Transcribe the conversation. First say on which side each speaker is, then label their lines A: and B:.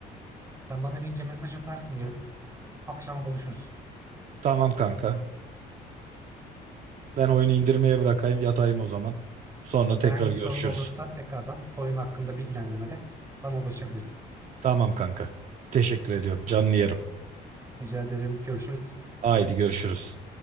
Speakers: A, on the right (about 20°); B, on the right (about 45°).
A: Sen bana ince mesaj atarsın ya. Akşama buluşuruz.
B: Tamam kanka. Ben oyunu
A: Okey.
B: indirmeye bırakayım, yatayım o zaman. Sonra tekrar
A: Herhangi bir
B: görüşürüz.
A: sorun olursa tekrardan oyun hakkında bilgilendirmede bana ulaşabilirsin.
B: Tamam kanka. Teşekkür ediyorum. Canlı yerim.
A: Rica ederim. Görüşürüz.
B: Haydi görüşürüz.